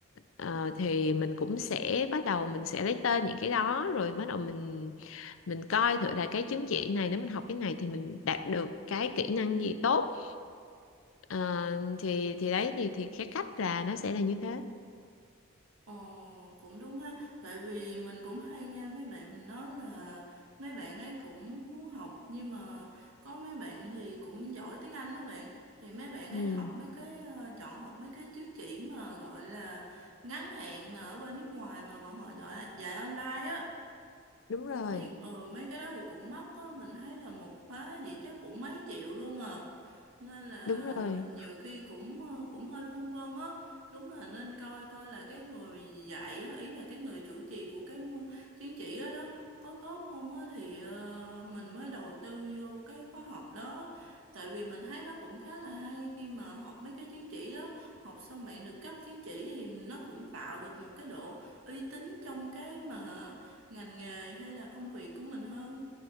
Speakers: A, on the left; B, on the right.
A: Ờ, thì mình cũng sẽ bắt đầu mình sẽ lấy tên những cái đó rồi bắt đầu mình mình coi thử là cái chứng chỉ này nếu mình học cái này thì mình đạt được cái kỹ năng gì tốt Ờ, thì
B: Ừ.
A: thì đấy thì thì cái cách là nó sẽ là như thế
B: Ồ, cũng đúng ha. Tại vì mình cũng hay nghe mấy bạn mình nói là mấy bạn ấy cũng muốn học nhưng mà có mấy bạn thì cũng giỏi tiếng Anh đó bạn. Thì mấy bạn
A: ừ,
B: ấy học mấy cái ờ, chọn học mấy cái chứng chỉ mà gọi là ngắn hạn mà ở bên nước ngoài mà bọn họ giỏi dạy online á
A: đúng rồi
B: mấy ừ, mấy cái đó thì cũng mắc á mình thấy là một khóa gì chắc cũng mấy triệu luôn à nên là
A: đúng rồi
B: nhiều khi cũng ờ, cũng hơi phân vân á đúng là nên coi coi là cái người dạy á ý là cái người chủ trì của cái m- chứng chỉ đó, đó có tốt không á thì ờ, mình mới đầu tư vô cái khóa học đó tại vì mình thấy nó cũng khá là hay khi mà học mấy cái chứng chỉ đó học xong bạn được cấp chứng chỉ thì nó cũng tạo được một cái độ uy tín trong cái mà ngành nghề hay là công việc của mình hơn